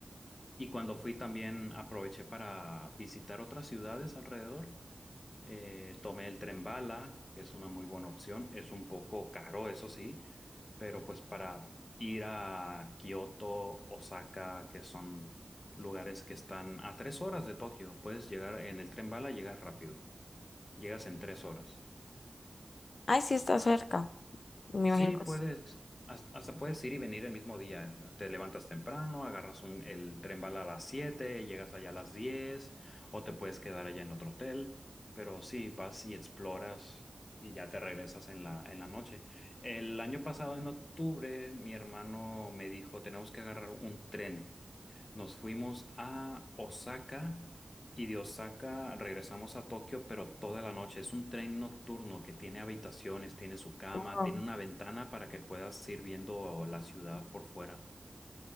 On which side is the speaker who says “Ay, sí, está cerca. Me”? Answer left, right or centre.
Left